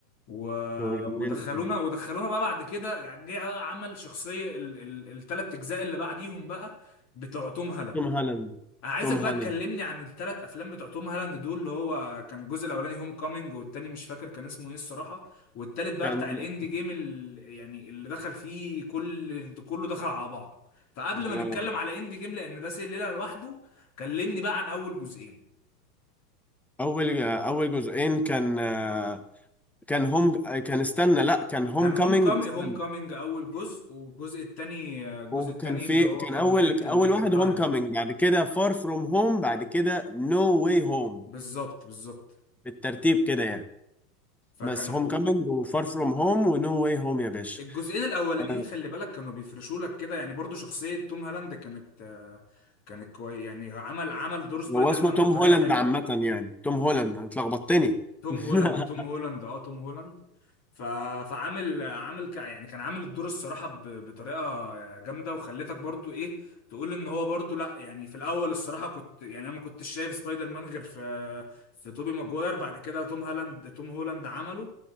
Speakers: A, on the left (about 30°); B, in the centre.
A: و...
B: كانوا جامدين
A: ودخلونا
B: قوي.
A: ودخلونا بقى بعد كده يعني جه بقى عمل شخصية ال... ال... التلات أجزاء اللي بعديهم بقى بتوع توم هالاند
B: توم هالاند
A: أنا عايزك
B: توم
A: بقى
B: هالاند
A: تكلمني عن التلات أفلام بتوع توم هالاند دول اللي هو كان الجزء الأولاني هوم كامينج والتاني مش فاكر كان اسمه إيه الصراحة والتالت بقى
B: كان
A: بتاع الإندي جيم ال... يعني اللي دخل فيه كل كله دخل على بعضه فقبل
B: لا.
A: ما نتكلم على إندي جيم لأن ده سلسلة لوحده كلمني بقى عن أول جزئين
B: اول اول جزئين كان آه، كان هوم كان استنى لا كان هوم
A: كان
B: كامينج
A: هوم كام
B: استنى
A: هوم كامينج اول جزء والجزء التاني الجزء
B: وكان
A: التاني
B: في
A: اللي هو
B: كان
A: كان
B: اول
A: البنت
B: اول
A: اللي بيحبها
B: واحد هوم
A: دي
B: كامينج بعد كده فار فروم هوم بعد كده نو واي هوم
A: بالظبط بالظبط
B: بالترتيب كده يعني
A: فكانوا
B: بس هوم كامينج وفار فروم هوم ونو واي هوم يا باشا
A: الجزئين الاولانيين
B: آه،
A: خلي بالك كانوا بيفرشوا لك كده يعني برضو شخصية توم هالاند كانت آه، كانت كويس يعني عمل عمل دور سبايدر
B: هو اسمه
A: مان
B: توم
A: بطريقة
B: هولاند
A: حلوة
B: عامة يعني توم هولاند انت لخبطتني
A: توم
B: <laughs>
A: هولاند توم هولاند اه توم هولاند ف... فعامل عامل ك... يعني كان عامل الدور الصراحة ب... بطريقة جامدة وخلتك برضو ايه تقول ان هو برضو لا يعني في الاول الصراحة كنت يعني انا ما كنتش شايف سبايدر مان غير في في توبي ماجواير بعد كده توم هالاند توم هولاند عمله